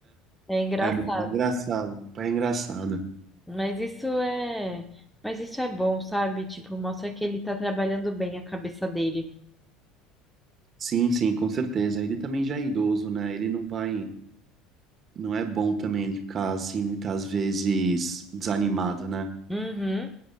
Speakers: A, in the centre; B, on the right.
A: É engraçado.
B: É, meu pai é engraçado, meu pai é engraçado.
A: Mas isso é, mas isso é bom, sabe? Tipo, mostra que ele tá trabalhando bem a cabeça dele.
B: Sim, sim, com certeza. Ele também já é idoso, né? Ele não vai, não é bom também ele ficar assim muitas vezes desanimado, né?
A: Uhum.